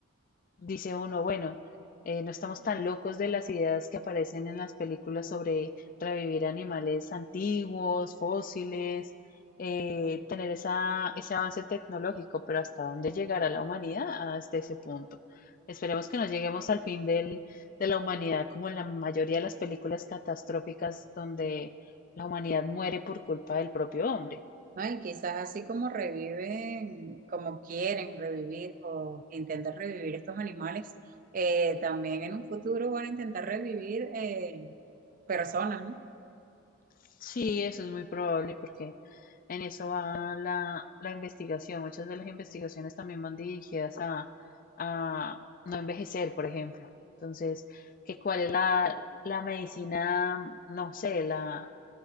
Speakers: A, on the left; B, on the right.
A: dice uno, bueno, eh, no estamos tan locos de las ideas que aparecen en las películas sobre revivir animales antiguos, fósiles, eh, tener esa, ese avance tecnológico, pero ¿hasta dónde llegará la humanidad hasta ese punto? Esperemos que no lleguemos al fin del, de la humanidad como en la mayoría de las películas catastróficas donde la humanidad muere por culpa del propio hombre.
B: ¿no? Y quizás así como reviven, como quieren revivir o intentar revivir estos animales, eh, también en un futuro van a intentar revivir eh, personas, ¿no?
A: Sí, eso es muy probable porque en eso va la, la investigación. Muchas de las investigaciones también van dirigidas a, a no envejecer, por ejemplo. Entonces, que cuál es la, la medicina, no sé, la,